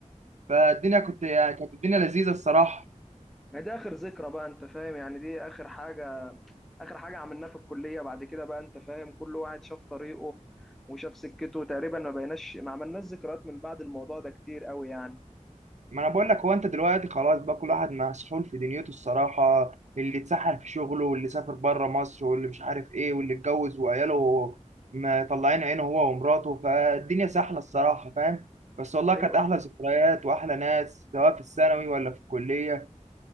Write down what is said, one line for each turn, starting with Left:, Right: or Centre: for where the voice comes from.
Right: فالدنيا كنت يعني كانت الدنيا لذيذه الصراحه
Centre: ما ده آخر ذكرى بقى أنت فاهم يعني دي آخر حاجة آخر حاجة عملناها في الكلية بعد كده بقى أنت فاهم كل واحد شاف طريقه وشاف سكته تقريبا ما بقيناش ما عملناش ذكريات من بعد الموضوع ده كتير قوي يعني
Right: ما انا بقول لك هو انت دلوقتي خلاص بقى كل واحد مسحول في دنيته الصراحه اللي اتسحل في شغله واللي سافر بره مصر واللي مش عارف ايه واللي اتجوز وعياله مطلعين عينه هو ومراته فالدنيا سحله الصراحه فاهم بس والله
Centre: أيوه
Right: كانت احلى ذكريات واحلى ناس سواء في الثانوي ولا في الكليه